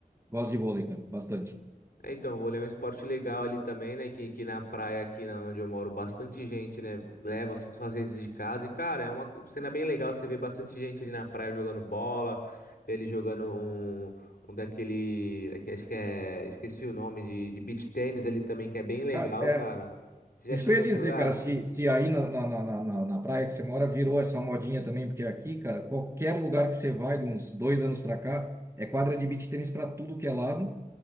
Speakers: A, on the right; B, on the left.
A: Gosto de vôlei, cara, bastante.
B: É, então, vou é um esporte legal ali também, né? Que, que na praia aqui na onde eu moro, bastante gente, né? Leva assim suas redes de casa. E, cara, é uma co- cena bem legal. Você vê bastante gente ali na praia jogando bola, vê ele jogando um, um daquele, daqui- acho que é, esqueci o nome, de, de beach tênis ali também, que é bem legal,
A: Ca- É,
B: cara. Você já
A: isso
B: chegou
A: que eu ia
B: a
A: dizer,
B: jogar?
A: cara, se, se aí na, na, na, na, na na praia que você mora virou essa modinha também, porque aqui, cara, qualquer lugar que você vai, de uns dois anos pra cá, é quadra de beach tênis pra tudo que é lado.